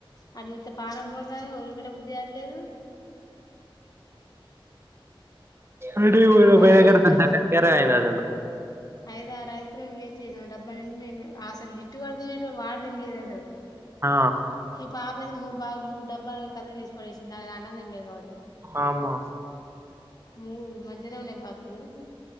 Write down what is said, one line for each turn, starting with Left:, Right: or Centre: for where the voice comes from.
Left: అ పానం పోంగానే వదిలి పెట్ట బుద్ధి లేదు
Right: అడ
Left: ఒక ఐదు
Right: పెద్ద కరందస
Left: ఐదారు లు వేస్ట్ చేసిన డబ్బానిండా ఆసలు లిట్టువడదిన వాడి తంలేదు అ కదు
Right: ఆ
Left: పాపద మూడుామూడు డబ్బ కథం చేసి పడేసింది అది అన్నందం లేదు కాట్టి
Right: ఆమ
Left: మూడు మంచిగానే ఉన్నాయి బాక్ సు లు